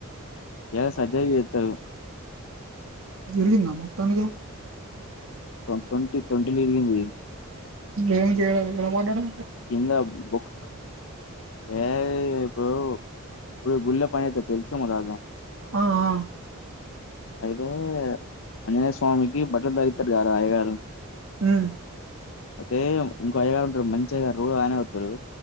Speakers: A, on the left; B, on the right.
A: ఇక సర్జరీ చెత్తారు
B: తిరిగిందా మొత్తానికి.
A: ఓ ట్వంటీ ట్వంటీలా ఇరిగింది.
B: ఏం చేయాలి ఏమంటాడు.
A: కింద బుక్. ఏ ఇప్పుడు ఇప్పుడు గుళ్ళ పని చేస్తాడు తెలుసు మా తాత.
B: ఆ ఆ.
A: అయితే ఆంజనేయ స్వామికి బట్టలు దరిత్తారు కదరా అయ్యగారు.
B: ఆ.
A: అంటే ఇంకో అయ్యగారు ఉంటాడు మంచిగా అయ్యగారు రోజు ఆయనే వత్తడు.